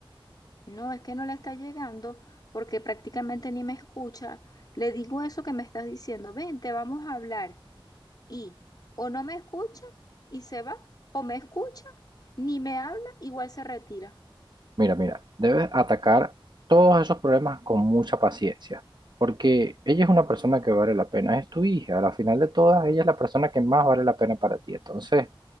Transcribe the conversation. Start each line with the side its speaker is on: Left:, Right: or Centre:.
Left: No, es que no le está llegando porque prácticamente ni me escucha. Le digo eso que me estás diciendo, vente, vamos a hablar. Y o no me escucha y se va, o me escucha, ni me habla, igual se retira.
Right: Mira, mira, debes atacar todos esos problemas con mucha paciencia, porque ella es una persona que vale la pena, es tu hija, al final de todas, ella es la persona que más vale la pena para ti. Entonces,